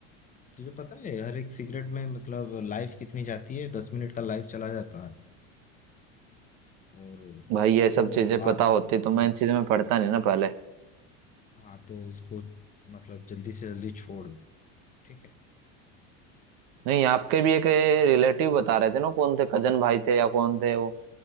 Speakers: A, on the left; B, on the right.
A: तुझे पता है हर एक सिगरेट में मतलब लाइफ कितनी जाती है दस मिनट का लाइफ चला जाता है और
B: भाई ये
A: इसको
B: सब चीजें पता
A: आद
B: होती तो
A: हाँ
B: मैं इन चीजों में पढ़ता नहीं ना पहले
A: हाँ तो इसको मतलब जल्दी से जल्दी छोड़ दे, ठीक है
B: नहीं आपके भी एक रिलेटिव बता रहे थे ना कौन थे कजन भाई थे या कौन थे वो